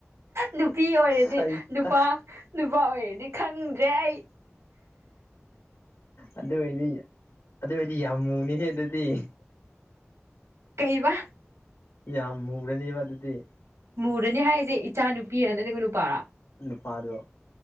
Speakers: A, on the right; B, on the left.
A: ꯅꯨꯄꯤ ꯑꯣꯏꯔꯗꯤ
B: ꯁꯩꯇ
A: ꯅꯨꯄꯥ ꯅꯨꯄꯥ ꯑꯣꯏꯔꯗꯤ ꯈꯪꯗ꯭ꯔꯦ ꯑꯩ
B: ꯑꯗꯨ ꯑꯣꯏꯗꯤ ꯑꯗꯨ ꯑꯣꯏꯗꯤ ꯌꯥꯝ ꯃꯨꯅꯤꯍꯦ ꯑꯗꯨꯗꯤ
A: ꯀꯩꯕ
B: ꯌꯥꯝ ꯃꯨ꯭ꯔꯅꯤꯕ ꯑꯗꯨꯗꯤ
A: ꯃꯨꯔꯗꯅꯤ ꯍꯥꯏꯔꯤꯁꯦ ꯏꯆꯥ ꯅꯨꯄꯤꯔ ꯅꯠꯇ꯭ꯔꯒ ꯅꯨꯄꯥꯔꯥ
B: ꯅꯨꯄꯥꯗꯣ